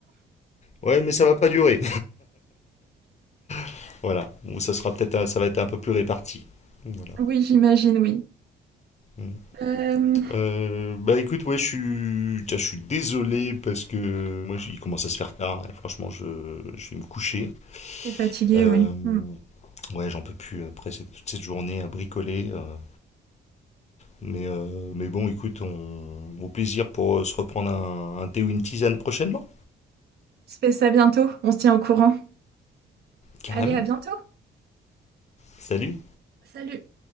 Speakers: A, on the left (about 35°); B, on the right (about 55°).
A: ouais, mais ça va pas durer. <laughs> voilà. Bon, ça sera peut-être, un- ça va être un peu plus réparti. Voilà.
B: Oui, j'imagine, oui.
A: Mm.
B: Euh,
A: Euh, bah écoute, ouais, je suis, tiens, je suis désolé parce que moi, j- il commence à se faire tard. Et franchement, je, je vais me coucher.
B: t'es fatigué,
A: Euh,
B: oui. Hmm. On
A: ouais, j'en peux plus après cette- toute cette journée à bricoler. euh. mais, euh, mais bon, écoute, on, au plaisir pour euh, se reprendre un, un thé ou une tisane prochainement.
B: se fait ça bientôt, on se tient au courant.
A: Carrément.
B: Allez, à bientôt.
A: Salut.
B: Salut.